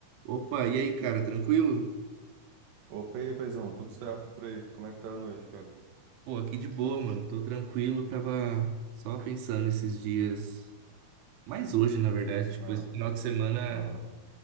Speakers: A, on the right; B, on the right.
A: Opa, e aí, cara, tranquilo?
B: Opa, e aí, paizão, tudo certo por aí? Como é que tá a noite, cara?
A: Pô, aqui de boa, mano. Tô tranquilo, tava só pensando esses dias, mais hoje, na verdade, tipo,
B: Ah,
A: esse final de semana
B: aham.